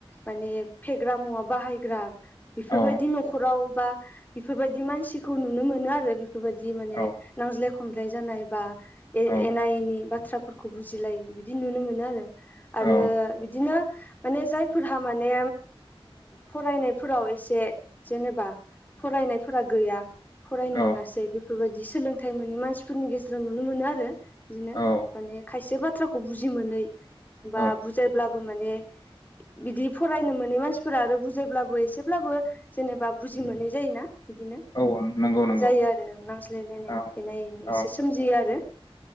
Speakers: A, on the left; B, on the left.
A: माने फेग्रा मुवा बाहायग्रा बेफोरबायदि
B: औ
A: न'खराव बा बेफोरबायदि मानसिखौ नुनो मोनो आरो बेफोरबायदि माने
B: औ
A: नांज्लाय खमलाय जानाय बा एना
B: औ
A: एनि बाथ्रा खौ बुजिलायो बिदि नुनो मोनो आरो आरो
B: औ
A: बिदिनो माने जायफोरहा माने फरायनायफोराव एसे जेनेबा फरायनायफोरा गैया फरायनो
B: औ
A: मोनासै बेफोरबायाददि सोलोंथाइ मोननि मानसिफोरनि गेजेराव नुनो मोनो आरो। बिदिनो
B: औ
A: माने खायसे बाथ्राखौ बुजि मोनै बा
B: औ
A: बुजायब्लाबो माने बिदि फरायनो मोनै मानसिफोरा आरो बुजायब्लाबो एसेब्लाबो जेनेबा बुजि मोनै जायोना बिदिनो
B: औ
A: बिदिनो
B: नंगौ नंगौ
A: जायो आरो <unintelligible> सलायलायनाय
B: औ
A: एनाय ए
B: औ
A: एसे सोमजियो आरो।